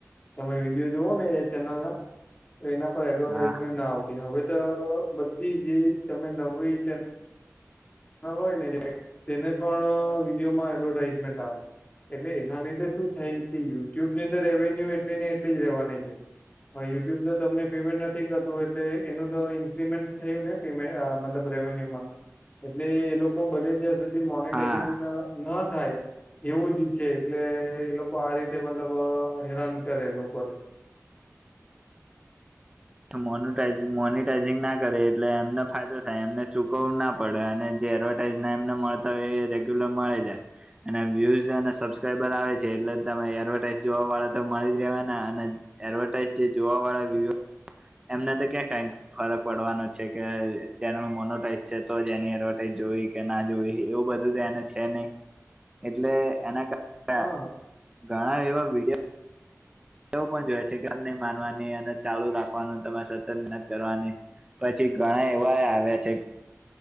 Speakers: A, on the left; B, on the right.
A: તમે વિડીયો જોઓને એ ચેનલ ના એના પર એડવર્ટાઈઝમેન્ટના
B: હા
A: આવતી હવે તો બધી જે તમે નવી ચેન નવા હોય ને તેને પણ વિડીયોમાં એડવર્ટાઈઝમેન્ટ આવે એટલે એના લીધે શું થાય કે યુટ્યુબ ની તો રેવન્યુ એટલી ને એટલી જ રહેેવાની છે. હા યુટ્યુબ તો તમને પેમેન્ટ નથી કરતું એટલે એનું તો ઈન્ક્રિમેન્ટ થયું ને? મતલબ રેવન્યુમાં? એટલે એ લોકો બને ત્યાં સુધી મોનટાઈઝેશન
B: હા
A: ના થાય. એવું જ ઈચ્છે એટલે એ લોકો આ રીતે મતલબ હેરાન કરે લોકોને
B: મોનો મોનટાઈઝિંગ ના કરે એટલે એમને ફાયદો થાય એમને ચૂકવું ના પડે અને જે એડવર્ટાઈઝના એમને મળતા હોય એ રેગ્યુલર મળે જાય અને વ્યુઝ અને સબસ્ક્રાઈબર આવે છે, એટલે તમે એડવર્ટાઈઝ જોવા વાળા તો મળી જ રહેવા અને એડવર્ટાઈઝ જે જોવા વાળા વ્યુ એમના તો ક્યાં કાઈ ફરક પડવાનો છે, કે ચેનલ મોનોટાઈઝ છે, તો ન એની એડવર્ટાઈઝ જોવી કે ના જોવી એવું બધું તો એને છે, નય એટલે એના કા
A: હા
B: ઘણા એવા વિડીયો યો પણ જોય છે, કે નહી માનવાની અને ચાલુ રાખવાનું તમારે સતત મહેનત કરવાની પછી ઘણા એવા આવે છે.